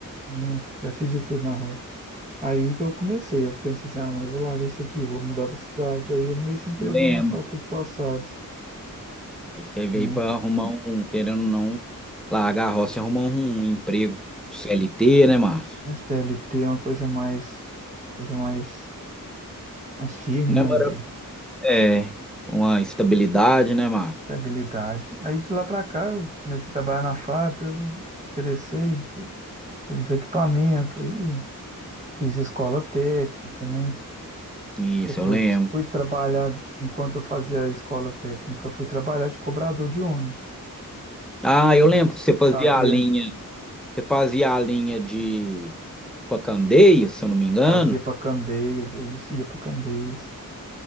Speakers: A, on the right (about 20°); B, in the centre.
A: Hum, já fiz de tudo na roça. Aí que eu comecei, eu pensei assim, ah, mãe, eu vou largar isso aqui, vou mudar pra cidade. Aí eu arrumei esse emprego
B: não lembro.
A: lá na fábrica de calçados,
B: Aí você veio
A: né?
B: para arrumar um, querendo ou não, largar a roça e arrumar um emprego CLT, né, Márcio?
A: A CLT é uma coisa mais, coisa mais, mais firme,
B: Né,
A: né,
B: Mara?
A: Rodrigo?
B: É, uma estabilidade, né, Márcio?
A: estabilidade. Aí de lá pra cá eu comecei a trabalhar na fábrica, eu interessei pelos equipamentos, aí fiz escola técnica, né?
B: Isso,
A: Depois
B: eu lembro.
A: fui trabalhar, enquanto eu fazia a escola técnica, eu fui trabalhar de cobrador de ônibus.
B: Ah, eu
A: De-
B: lembro que você fazia
A: Fazia,
B: a linha, você fazia a linha de Pacandeia, se eu não me engano.
A: fazia para Candeias, é isso, ia para Candeias,